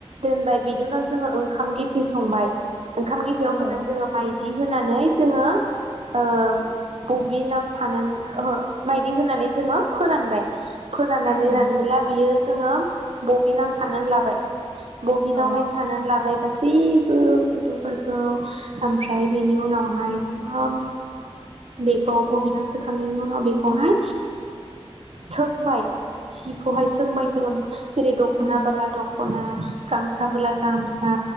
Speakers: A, on the right; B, on the left.
A: दोनबाय बिनि उनाव जोङो ओंखाम गेफे संबाय ओंखाम गेफेयाव
B: ओ
A: होनानै जोङो माइ दि होनानै जोङो ओ बबिननाव सानानै ओहो मायदि होनानै जोङो फोरानबाय फोराननानै
B: उम
A: रानबोला बियो जोङो बबिनाव साननानै लाबाय बबिनावहाय
B: अ
A: साननानै लाबाय गासैबो खुन्दुंफोरखौ ओमफ्राय बेनि उनावहाय सो बेखौ बबिनाव सा सोखांनायनि उनाव बेखौहाय सोंबाय सिखौहाय सोंबाय जोङो जेरै दख'ना
B: उम
A: बला दख ख'ना गामसाबोला गामसा